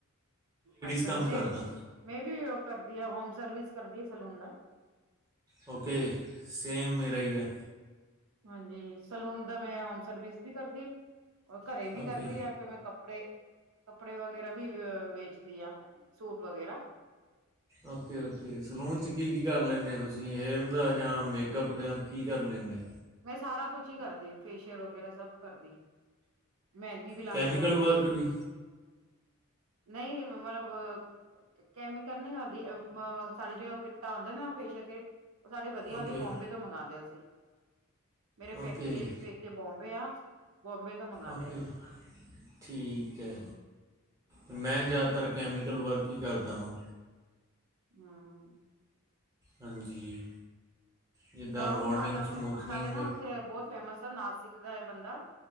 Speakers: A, on the right (about 75°); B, on the right (about 15°).
A: ਅੱਛਾ।
B: ਕੰਮ
A: ਮੈਂਰ
B: ਕਰਦਾ
A: ਮੈੰ ਵੀ ਉਹ ਕਰਦੀ ਹੈ। ਹੋਮ ਸਰਵਿਸ ਕਰਦੀ ਹੈ ਸਲੂਨ ਦਾ
B: ਓਕੇ। ਸੇਮ ਮੇਰਾ ਹੀ ਆ।
A: ਹਾਂਜੀ। ਸਲੂਨ ਦਾ ਮੈਂ ਹੋਮ ਸਰਵਿਸ ਵੀ ਕਰਦੀ। ਉਹ ਘਰੇ ਵੀ
B: ਓਕੇ
A: ਕਰਦੀ ਆ, ਫੇਰ ਮੈਂ ਕੱਪੜੇ ਕੱਪੜੇ ਵਗੈਰਾ ਵੀ ਵੇਚਦੀ ਆ, ਸੂਟ ਵਗੈਰਾ।
B: ਓਕੇ- ਓਕੇ ਸਲੂਨ 'ਚ ਕੀ -ਕੀ ਕਰ ਲੈਂਦੇ ਆ ਤੁਸੀਂ? ਹੇਅਰ ਦਾ ਜਾਂ ਮੇਕਅਪ ਦਾ, ਕੀ ਕਰ ਲੈਂਦੇ ਹਾਂ।
A: ਮੈਂ ਸਾਰਾ ਕੁਛ ਹੀ ਕਰਦੀ, ਫੇਸ਼ੀਅਲ ਵਗੈਰਾ ਸਭ ਕਰਦੀ। ਮਹਿੰਦੀ ਵੀ ਲਾਉਂਦੀ
B: ਕੈਮੀਕਲ
A: ਆ।
B: ਵਰਕ ਵੀ
A: ਨਹੀਂ, ਮਤਲਬ ਕੈਮੀਕਲ ਨਹੀਂ ਹੁੰਦੀ ਉਸ ਮੇਂ ਸਾਡੀਆਂ ਜਿਹੜੀਆਂ ਕਿੱਟਾ ਆਉਦੀਆਂ ਨਾ, ਫੇਸ਼ੀਅਲ ਕਿਟ। ਉਹ ਸਾਡੀ ਵਧੀਆ
B: ਓਕੇ
A: ਹੁੰਦੇ, ਬੋਂਬੰਏ ਤੋਂ ਮੰਗਗਾਉਂਦੇ ਅਸੀਂ। ਮੇਰੇ ਪੇਕੇ-ਪੇਕੇ
B: ਓਕੇ
A: ਬੋਬੰਏ ਆ। ਬੋਬੰਏ ਤੋਂ ਮੰਗਵਾਉਂਦੇ
B: ਓਕੇ
A: ਆ।
B: ਠੀਕ ਐ। ਮੈਂ ਜ਼ਿਆਦਾਤਰ ਕੈਮੀਕਲ ਵਰਕ ਹੀ ਕਰਦਾ ਵਾਂ।
A: ਹਮ
B: ਹਾਂਜੀ। ਜਿੱਦਾਂ
A: ਰਾਹੁਲ
B: ਰਵਾਰਨਿੰਗ
A: ਫਾਟਕ।
B: ਸਮੂਥਨਿੰਗ
A: ਸਾਡੇ ਨਾ ਉੱਥੇ, ਬਹੁਤ ਫੇਮਸ ਆ ਨਾਸਿਕ ਰਾਏ ਬੰਦਾ,